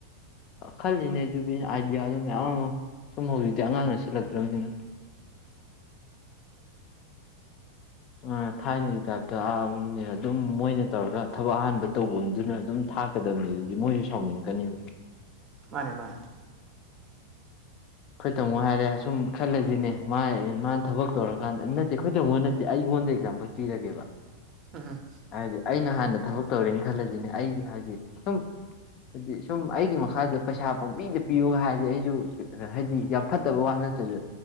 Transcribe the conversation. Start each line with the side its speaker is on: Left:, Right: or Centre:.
Left: ꯈꯜꯂꯤꯅꯦ ꯑꯩꯁꯨꯨ ꯕꯤ ꯑꯥꯏꯗꯤꯌꯥꯗꯨ ꯃꯌꯥꯝ ꯑꯃ ꯁꯨꯝ ꯍꯧꯖꯤꯛꯇꯤ ꯑꯉꯥꯡꯅ ꯁꯤꯟꯂꯛꯇ꯭ꯔꯕꯅꯤꯅ ꯑ ꯊꯥꯏꯅꯒꯤ ꯇꯥꯏꯞꯇ ꯑ ꯑꯗꯨꯝ ꯃꯣꯏꯅ ꯇꯧꯔꯒ ꯊꯕꯛ ꯑꯍꯥꯟꯕ ꯇꯧꯕ ꯃꯤꯗꯨꯅ ꯑꯗꯨꯝ ꯊꯥꯛ ꯆꯠꯀꯗꯝꯅꯤ ꯑꯗꯨꯗꯤ ꯃꯣꯏꯁꯨ ꯁꯥꯎꯅꯤꯡꯉꯛꯀꯅꯦꯕ
Right: ꯃꯥꯅꯦ ꯃꯥꯅꯦ
Left: ꯑꯩꯈꯣꯏ ꯇꯥꯃꯣ ꯍꯥꯏꯔꯦ ꯁꯨꯝ ꯈꯜꯂꯁꯤꯅꯦ ꯃꯥ ꯃꯥꯅ ꯊꯕꯛ ꯇꯧꯔꯀꯥꯟꯗ ꯅꯠꯇꯦ ꯑꯩꯈꯣꯏ ꯇꯃꯣ ꯅꯠꯇꯦ ꯑꯩꯉꯣꯟꯗ ꯑꯦꯛꯖꯥꯝꯄꯜ ꯄꯤꯔꯒꯦꯕ
Right: ꯎꯝ
Left: ꯍꯥꯏꯗꯤ ꯑꯩꯅ ꯍꯥꯟꯅ ꯊꯕꯛ ꯇꯧꯔꯦꯅ ꯈꯜꯂꯁꯤꯅꯦ ꯑꯩꯒꯤ ꯍꯥꯏꯗꯤ ꯁꯨꯝ ꯍꯥꯏꯗꯤ ꯁꯨꯝ ꯑꯩꯒꯤ ꯃꯈꯥꯗ ꯄꯩꯁꯥ ꯄꯥꯝꯕꯤꯗ ꯄꯤꯌꯣ ꯍꯥꯏꯔꯗꯤ ꯑꯩꯁꯨ ꯍꯥꯏꯗꯤ ꯌꯥꯝ ꯐꯠꯇꯕ ꯋꯥ ꯅꯠꯇ꯭ꯔꯁꯨ